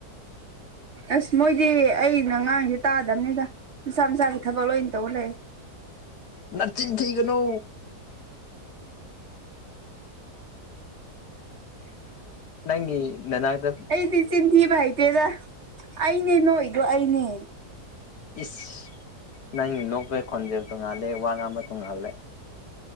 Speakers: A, on the right; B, on the left.
A: ꯑꯁ ꯃꯣꯏꯗꯤ ꯑꯩꯅ ꯉꯥꯡꯉꯤꯖꯦ ꯇꯥꯗꯝꯅꯤꯗ ꯃꯁꯥ ꯃꯁꯥꯒꯤ ꯊꯕꯛ ꯂꯣꯏꯅ ꯇꯧ ꯂꯩ
B: ꯅꯆꯤꯟ ꯊꯤꯒꯅꯣ ꯅꯪꯒꯤ ꯅꯅꯥꯛꯗ
A: ꯑꯩꯗꯤ ꯆꯤꯟꯊꯤꯕ ꯍꯩꯇꯦꯗꯥ ꯑꯩꯅꯦ ꯅꯣꯛꯏꯗꯣ ꯑꯩꯅꯦ
B: ꯏꯁ ꯅꯪꯒꯤ ꯅꯣꯛꯄꯩ ꯈꯣꯟꯖꯦꯜ ꯇꯣꯡꯉꯥꯜꯂꯦ ꯋꯥ ꯉꯥꯡꯕ ꯇꯣꯡꯉꯥꯜꯂꯦ